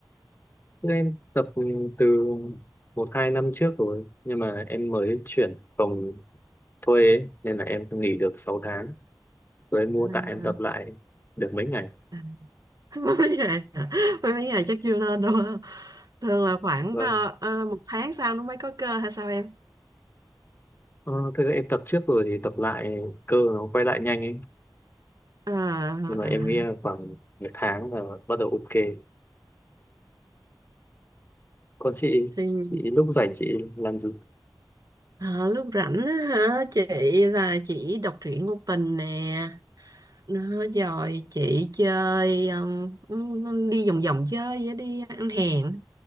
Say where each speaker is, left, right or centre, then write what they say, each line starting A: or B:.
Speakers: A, on the left (about 30°); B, on the right (about 55°).
A: Tức Em tập từ một hai năm trước rồi, nhưng mà em mới chuyển phòng thuê ấy, nên là em nghỉ được 6 tháng. Rồi em mua
B: À,
A: tạ em tập lại được mấy ngày.
B: à. <laughs> Mới mấy ngày hả? mấy mấy ngày chắc chưa lên đâu ha. thường là khoảng
A: Vâng.
B: ờ, ờ, một tháng sau nó mới có cơ hay sao em
A: Ờ, thực ra em tập trước rồi thì tập lại cơ nó quay lại nhanh ấy.
B: Ờ,
A: Nhưng mà
B: à,
A: em nghĩ là khoảng một tháng là bắt đầu ok. Còn chị,
B: thì
A: chị lúc rảnh chị làm gì?
B: ờ, lúc rảnh á hả chị là chị đọc truyện ngôn tình nè nó rồi chị chơi ừm, ừm, đi vòng vòng chơi với đi ăn hàng